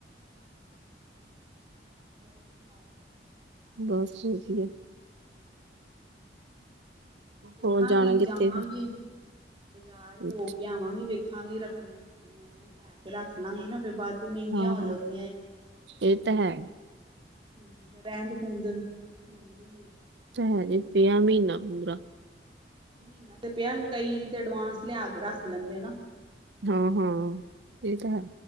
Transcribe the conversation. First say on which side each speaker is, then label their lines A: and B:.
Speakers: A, on the right; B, on the right.
A: ਹੋਰ ਸੁਣਾਓ
B: ਬਸ ਹੋ ਗਈ ਏ
A: ਦੇਖਾਂਗੀ
B: ਹੋਰ ਜਾਣਾ ਕਿੱਥੇ
A: ਜਾਵਾਂਗੀ। ਬਜ਼ਾਰ
B: ਫਿਰ
A: ਹੋ ਕੇ ਆਵਾਂਗੀ ਵੇਖਾਂਗੀ ਰੱਖੜੀਆਂ ਰੁਖੜੀਆਂ। ਮ ਲੈ ਕੇ ਰੱਖ ਲਾਂਗੀ ਨਾ ਫੇਰ ਬਾਅਦ ਚੋਂ ਮਹਿੰਗੀਆਂ
B: ਹਾਂ
A: ਹੋ
B: ਹਾਂ
A: ਜਾਂਦੀਆਂ।
B: ਇਹ ਤਾਂ ਹੈ।
A: ਹੂ ਤੇ ਰਹਿੰਦ ਖੂੰਦ ਮਿਲਦੀ ਹੈ।
B: ਔ ਤਾ ਹੈ, ਜ ਪਿਆ ਮਹੀਨਾ ਪੂਰਾ।
A: ਮਹੀਨਾ ਤੇ ਪਿਆ ਕਈ ਤੇ ਅਡਵਾਂਸ ਲਿਆ ਕੇ ਰੱਖ ਲੈਂਦੇ ਨਾ।
B: ਹਾਂ-ਹਾਂ ਇਹ ਤਾਂ ਹੈ।